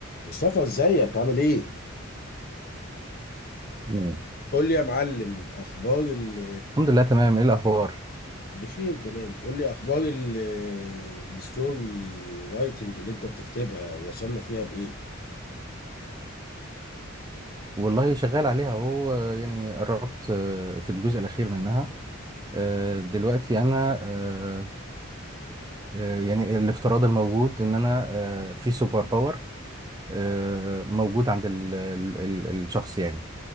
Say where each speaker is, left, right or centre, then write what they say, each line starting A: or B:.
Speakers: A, on the left; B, on the right.
A: مصطفى ازيك عامل ايه؟
B: مم.
A: قول لي يا معلم اخبار ال
B: الحمد لله تمام ايه الاخبار
A: بخير تمام قول لي اخبار ال الستوري رايتنج اللي انت بتكتبها وصلنا فيها لايه؟
B: والله شغال عليها اهو آه، يعني قربت آه، في الجزء الاخير منها آه، دلوقتي انا آه، آه، يعني الافتراض الموجود ان انا آه، في سوبر باور آه، موجود عند ال- ال- ال- الشخص يعني